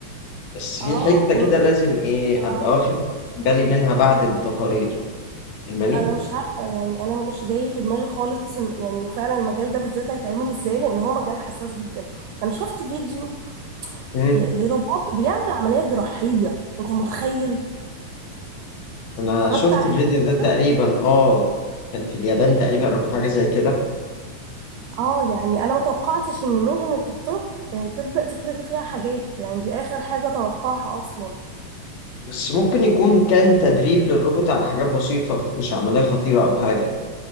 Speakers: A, on the left; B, on the right.
A: بس في
B: اه
A: حتة
B: فهمتك
A: كده لازم إيه
B: اه
A: أبقى واخد بالي منها بعد التقارير فاهماني؟
B: انا مش عارفه يعني انا مش جاي في دماغي خالص إن- يعني فعلا المجال ده بالذات هيتعمل ازاي لان هو مجال حساس جدا انا شفت فيديو
A: مم.
B: ل- لروبوت بيعمل عمليه جراحيه انت متخيل
A: أنا
B: اتفرجت
A: شفت
B: على
A: الفيديو
B: حاجه زي كده
A: ده تقريبا آه كان في اليابان تقريبا أو في حاجة زي كده
B: اه يعني انا ما توقعتش ان مهنه الطب آه، تبدا تتلغي فيها حاجات يعني دي اخر حاجه توقعها اصلا
A: بس ممكن يكون كان تدريب للروبوت على حاجات بسيطة مش عملية خطيرة أو حاجة